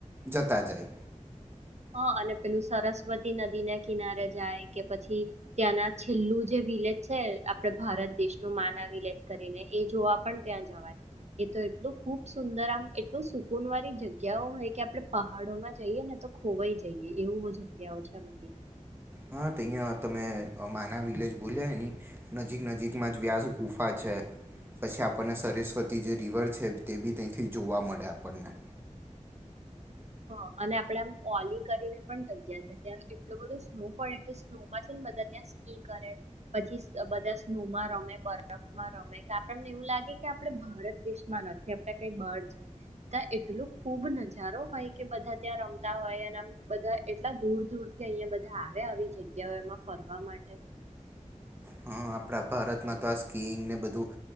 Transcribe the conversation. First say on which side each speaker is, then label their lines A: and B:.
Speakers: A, on the right; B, on the right.
A: જતા જાય.
B: હા અને પેલું સરસ્વતી નદી ના કિનારે જાય કે પછી ત્યાંના છેલ્લું જે વિલેજ છે આપડે ભારત દેશનું માના વિલેજ કરીને એ જોવા પણ ત્યાં જવાય, એ તો એટલું ખૂબ સુંદર આમ એટલું સુકૂન વાળી જગ્યાઓ હોય કે આપડે પહાડોમાં જઈએ ને તો ખોવાઈ જઈએ એવું એવું જગ્યાઓ છે બધી.
A: હા તો અહીંયા તમે માના વિલેજ બોલ્યા એની નજીક નજીકમાં જ વ્યાસ ગુફા છે, પછી આપણને સરસ્વતી જે રિવર છે તે બી ત્યેથી જ જોવા મળે આપણને.
B: હા અને આપડે આમ ઓલી કરીને પણ જગ્યા છે ત્યાં એટલું બધું સ્નો પડે કે સ્નોમાં છેને બધા ત્યાં સ્કી કરે, પછી સ બધા સ્નોમાં રમે, બરફમાં રમે, કે આપણને એવું લાગે કે આપણે ભારત દેશમાં નથી આપણે કઈ બાર છી, ત્યાં એટલો ખુબ નજારો હોય કે બધા ત્યાં રમતા હોય અને આમ બધા એટલા દૂર દૂર થી અહિયાં બધા આવે આવી જગ્યાઓ એમાં ફરવા માટે.
A: હા આપણા ભારતમાં તો કાસ્કિંઈંગને બધું